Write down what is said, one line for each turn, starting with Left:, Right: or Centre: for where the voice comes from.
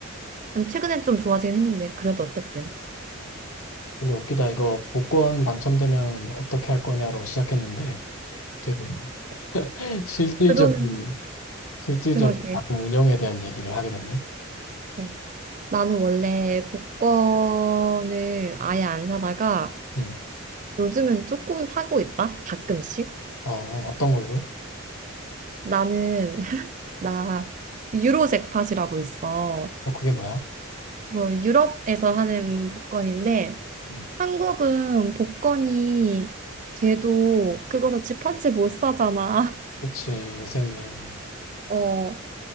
Right: 근데 최근엔 좀 좋아지긴 했는데, 그래도 어쨌든.
Left: 근데 웃기다 이거 복권 당첨되면 어떻게 할 거냐로 시작했는데 되게 <laughs> 실질적인
Right: 그러네.
Left: 실질적인
Right: 그러게.
Left: 다른 운영에 대한 얘기를 하게 됐네.
Right: 어. 나는 원래 복권을 아예 안 사다가
Left: 음.
Right: 요즘은 조금 사고 있다. 가끔씩.
Left: 어 어떤 걸로?
Right: 나는 <laughs> 나 유로 잭팟이라고 있어.
Left: 어 그게 뭐야?
Right: 이거 유럽에서 하는 복권인데
Left: 음.
Right: 한국은 복권이 돼도 그거로 집한채 못 사잖아.
Left: 그치 요새는
Right: <laughs> 어.